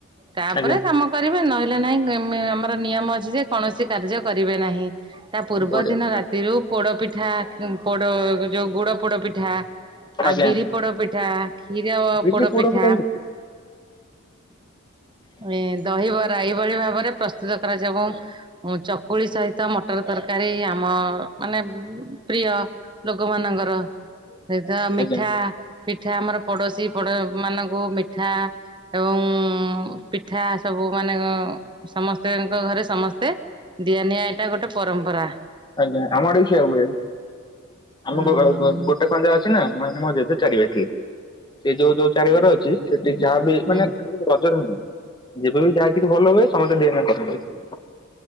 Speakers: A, on the right; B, on the left.
A: ତାପରେ
B: ଆଜ୍ଞା।
A: କାମ କରିବେ ନହିଲେ ନାହିଁ ଆମର ନିୟମ ଅଛି ଯେ କୌଣସି କାର୍ଯ୍ୟ କରିବେ ନାହିଁ। ତା ପୂର୍ବ
B: ବଢିଆ
A: ଦିନ
B: ବଢିଆ
A: ରାତିରୁ ପୋଡପିଠା ପୋଡ ଯୋଉ ଗୁଡ ପୋଡ ପିଠା
B: ଆଜ୍ଞା
A: ଆଉ ବିରି ପୋଡପିଠା କ୍ଷୀର
B: ବିରି
A: ପୋଡପିଠା
B: ପୋଡ ପିଠା ବି
A: ଏ ଦହିବ ପ୍ରାଇ ଏଇ ଭଳି ଭାବରେ ପ୍ରସ୍ତୁତ କରାଯାଏ ଏବଂ ଚକୁଳି ସହିତ ମଟ ମଟର ତରକାରୀ ଆମ ମାନେ ପ୍ରିୟ ଲୋକମାନଙ୍କର। ସେଇତ ମିଠା
B: ଆଜ୍ଞା
A: ପିଠା ଆମର ପଡ଼ୋଶୀ ବଡ ମାନଙ୍କୁ ମିଠା ଏବଂ ପିଠା ସବୁ ମାନେ ସମସ୍ତଙ୍କ ଘରେ ସମସ୍ତେ ଦିଆ ନିିଆ ଏଇଟା ଗୋଟେ ପରମ୍ପରା।
B: ଆଜ୍ଞା ଆମ ଆଡେ ବି ସେଇଆ ହୁଏ ଆମ
A: ହୁଁ
B: ଗୋଟେ <unintelligible> ଅଛି ନା। ମାନେ ମୋ ଜେଜେ <unintelligible> ସେ ଯୋଉ ଯୋଉ ଚାରିିଘର
A: ହୁଁ
B: ଅଛି ସେଠି ଯାହା ବି
A: ହୁଁ
B: ମାନେ ରଜରେ ନୁହେଁ ଯେବେ ବି ଯାଇ କିଛି ଭଲ ହୁଏ ସମସ୍ତେ ଦିଅ ନିଆ କରନ୍ତି।